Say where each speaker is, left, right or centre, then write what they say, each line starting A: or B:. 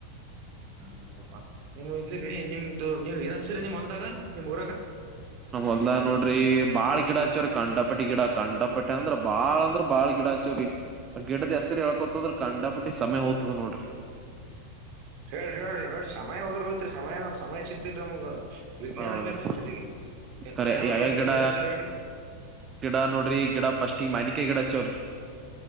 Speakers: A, on the right; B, on the right.
A: ಆ್ ನೋಡಪ್ಪಾ ನೀವು್ ಇದಿರಿ ನಿಮ್ದು ನೀವ್ ಏನ್ ಹಚ್ಚಿರಿ ನಿಮ್ ಹೊಲ್ದಾಗ ನಿಮ್ ಊರಾಗ.
B: ನಮ್ ಹೊಲ್ದಗ್ ನೋಡ್ರಿ ಬಾಳ ಗಿಡಾಹಚ್ಚಿವ್ರಿ ಕಂಡಾಪಟ್ಟಿ ಗಿಡಾ. ಕಂಡಪಟ್ಟೆ ಅಂದ್ರ ಬಾಳ ಅಂದ್ರ ಬಾಳ್ ಗಿಡಾಚೋರಿ. ಗಿಡದ ಹೆಸರಿ ಹೇಳ್ಕೋತಹೊದ್ರ ಕಂಡಾಪಟಿ ಸಮಯ ಹೋಗ್ದ ನೋಡ್ರಿ.
A: ಹೇಳಿ ಹೇಳ್ರಿ ಹೇಳಿ ಸಮಯೋದ್ರ ಹೋಯತ್ರಿ ಸಮಯ ನಮ್ ಸಮಯ ಚಿಂತಿಲ್ರಿ ನಮಗ. ವಿಜ್ಞಾನ
B: ಹೌದ್ರಿ
A: ಬೇಕ್ರೀ ತಲಿಗಿ
B: ಕರೆ
A: ಜ್ಞಾನಗಳ್
B: ಯಾವ್ಯಾವ
A: ಬಗ್ಗೆ
B: ಗಿಡ
A: ಇನಂಚೂರ್ ಹೇಳ್ರಿ.
B: ಗಿಡ ನೋಡ್ರಿ ಗಿಡ ಫಸ್ಟ್ ಈ ಮನಿಕಾಯಿ ಗಿಡ ಹಚ್ಚಿವ್ರಿ.